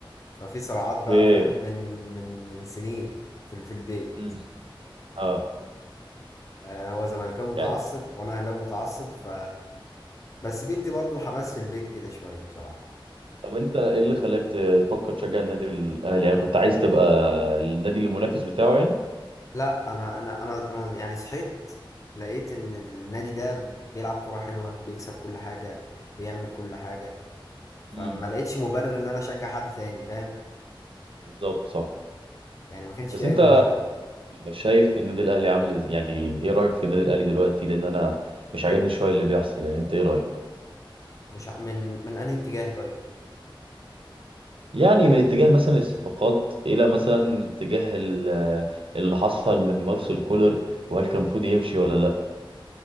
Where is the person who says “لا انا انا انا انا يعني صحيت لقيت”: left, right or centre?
Left